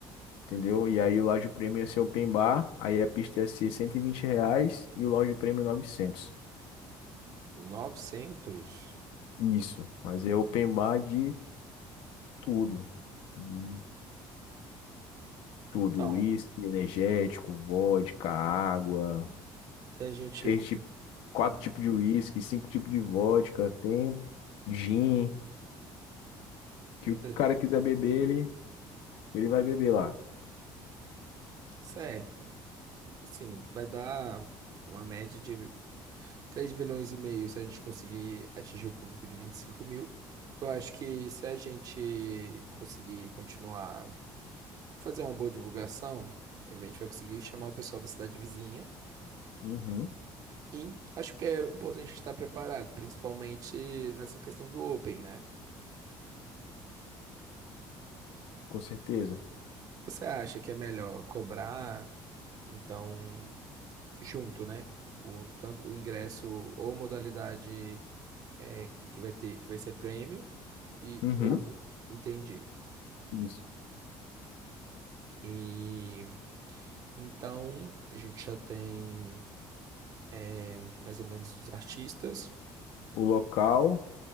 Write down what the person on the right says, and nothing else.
novecentos
Então,
se a gente.
hum,
é,
Certo. Assim, vai dar uma média de 3 milhões e meio se a gente conseguir atingir o público de 25 mil. Eu acho que se a gente conseguir continuar, fazer uma boa divulgação, a gente vai conseguir chamar o pessoal da cidade vizinha.
E acho que é importante estar preparado, principalmente nessa questão do Open, né?
Você acha que é melhor cobrar, então, junto, né? O, tanto o ingresso ou modalidade é, que vai ter, que vai ser prêmio E
oh, entendi.
E então a gente já tem eh, mais ou menos os artistas,